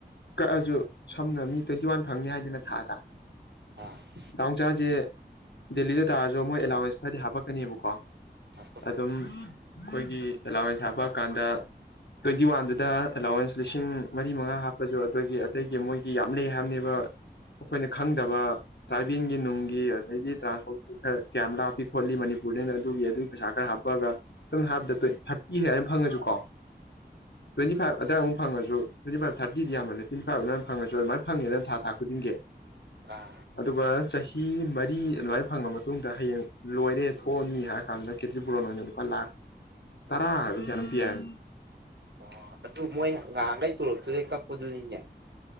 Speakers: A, on the left (about 80°); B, on the right (about 85°).
A: ꯀꯛꯑꯁꯨ ꯁꯝꯅ ꯃꯤ ꯇ꯭ꯋꯦꯟꯇꯤ ꯋꯥꯟ ꯐꯪꯅꯤ ꯍꯥꯏꯗꯅ ꯊꯥꯗ
B: ꯑꯥ
A: ꯗꯥꯎꯟꯆꯥꯁꯦ ꯗꯦꯜꯂꯤꯗ ꯇꯥꯔꯁꯨ ꯃꯣꯏ ꯑꯦꯂꯥꯎꯋꯦꯟꯁ ꯈꯔꯗꯤ ꯍꯥꯞꯄꯛꯀꯅꯦꯕꯀꯣ
B: ꯍꯥꯄꯛꯀꯅꯤ
A: ꯑꯗꯨꯝ ꯑꯩꯈꯣꯏꯒꯤ ꯑꯦꯂꯥꯋꯦꯟꯁ ꯍꯥꯞꯄꯛꯑꯀꯥꯟꯗ ꯇ꯭ꯋꯦꯟꯇꯤ ꯋꯥꯟꯗꯨꯗ ꯑꯦꯂꯥꯎꯋꯦꯟꯁ ꯂꯤꯁꯤꯡ ꯃꯔꯤ ꯃꯉꯥ ꯍꯥꯞꯄꯁꯨ ꯑꯗꯨꯒꯤ ꯑꯇꯩꯒꯤ ꯃꯣꯏꯒꯤ ꯌꯥꯝ ꯂꯩ ꯍꯥꯏꯕꯅꯦꯕ ꯑꯩꯈꯣꯏꯅ ꯈꯪꯗꯕ ꯇ꯭ꯔꯥꯏꯕꯦꯜꯒꯤ ꯅꯨꯡꯒꯤ ꯑꯩꯗꯤ ꯇ꯭ꯔꯥꯟꯁꯄꯣꯔꯠ ꯑ ꯀꯌꯥꯝ ꯂꯥꯞꯄꯤ ꯈꯣꯠꯂꯤ ꯃꯅꯤꯄꯨꯔꯗꯩꯅ ꯑꯗꯨꯒꯤ ꯑꯗꯨꯒꯤ ꯄꯩꯁꯥ ꯈꯔ ꯍꯥꯞꯄꯑꯒ ꯁꯝꯅ ꯍꯥꯏꯔꯕꯗ ꯊ꯭ꯔꯇꯤ ꯍꯥꯏꯅ ꯐꯪꯉꯁꯨꯀꯣ ꯇ꯭ꯋꯦꯟꯇꯤ ꯐꯥꯏꯚ ꯑꯗ꯭ꯋꯥꯏꯃꯨꯛ ꯐꯪꯉꯁꯨ ꯇ꯭ꯋꯦꯟꯇꯤ ꯐꯥꯏꯚ ꯊꯥꯔꯇꯤꯗꯤ ꯌꯥꯝꯜꯂꯦ ꯇ꯭ꯋꯦꯟꯇꯤ ꯐꯥꯏꯚ ꯑꯗꯨꯃꯥꯏ ꯐꯪꯉꯁꯨ ꯑꯗꯨꯃꯥꯏ ꯐꯪꯉꯦꯅ ꯊꯥ ꯊꯥ ꯈꯨꯗꯤꯡꯒꯤ
B: ꯑꯥ
A: ꯑꯗꯨꯒ ꯆꯍꯤ ꯃꯔꯤ ꯑꯗꯨꯃꯥꯏꯅ ꯐꯪꯉ ꯃꯇꯨꯡꯗ ꯍꯌꯦꯡ ꯂꯣꯏꯔꯦ ꯊꯣꯛꯑꯅꯤ ꯍꯥꯏꯔ ꯀꯥꯟꯗ ꯈꯦꯇ꯭ꯔꯤ ꯄꯨꯔꯣꯟ ꯑꯣꯏꯅ ꯂꯨꯄꯥ ꯂꯥꯛ ꯇꯔꯥ ꯍꯥꯏꯕꯔ ꯀꯌꯥꯅꯣꯝ ꯄꯤ ꯍꯥꯏꯕꯅꯦ
B: ꯑꯣ ꯑꯗꯨ ꯃꯣꯏ ꯉꯍꯥꯟꯈꯩ ꯇꯣꯂꯞꯇꯨꯗꯩ ꯀꯛꯄꯗꯨꯅꯤꯅꯦ